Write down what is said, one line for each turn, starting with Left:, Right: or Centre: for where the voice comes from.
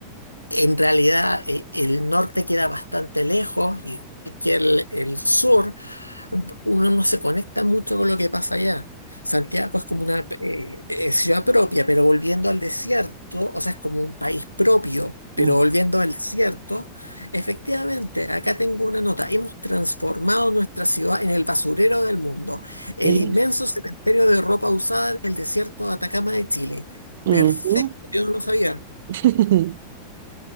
Left: en realidad, eh, el norte queda bastante lejos, y que el el sur uno no se conecta mucho con lo que pasa allá. Santiago es como una eh, eh, ciudad propia, pero volviendo al desierto, o sea, es como un país propio, pero
Right: Mm,
Left: volviendo al desierto, efectivamente, acá tengo una nota, hemos transformado nuestra ciudad en el basurero del mundo, el
Right: es-
Left: inmenso cementerio de ropa usada del desierto de Atacama de Chile.
Right: ujú.
Left: Perfecto, yo no lo sabía.
Right: <laughs>